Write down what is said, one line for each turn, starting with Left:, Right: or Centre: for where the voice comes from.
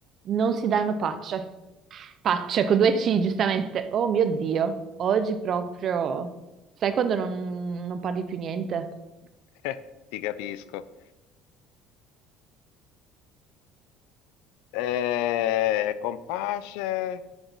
Right: non si danno pace. Pace con due C, giustamente. Oh mio Dio, oggi proprio... Sai quando non, non parli più niente?
Left: <laughs> Eh, ti capisco. Eh, Compace.